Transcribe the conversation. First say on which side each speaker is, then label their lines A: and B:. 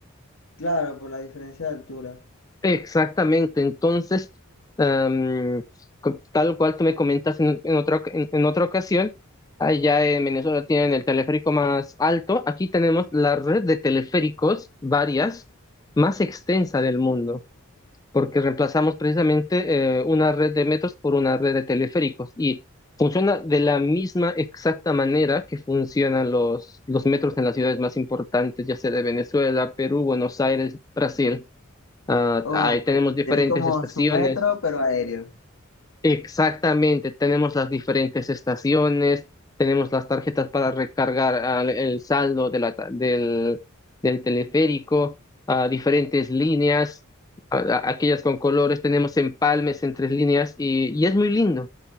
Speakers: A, on the left; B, on the left.
A: Claro, por la diferencia de altura.
B: Exactamente, entonces, am, co- tal cual tú me comentas en, en otra, oc- en, en otra ocasión, allá en Venezuela tienen el teleférico más alto, aquí tenemos la red de teleféricos, varias, más extensa del mundo, porque reemplazamos precisamente eh, una red de metros por una red de teleféricos y funciona de la misma exacta manera que funcionan los, los metros en las ciudades más importantes, ya sea de Venezuela, Perú, Buenos Aires, Brasil. Ah,
A: Ok,
B: ahí tenemos diferentes
A: tienen como
B: estaciones.
A: su metro, pero aéreo.
B: Exactamente, tenemos las diferentes estaciones, tenemos las tarjetas para recargar ah, el saldo de la ta- del, del teleférico, ah, diferentes líneas, a- a- aquellas con colores, tenemos empalmes en tres líneas y, y es muy lindo.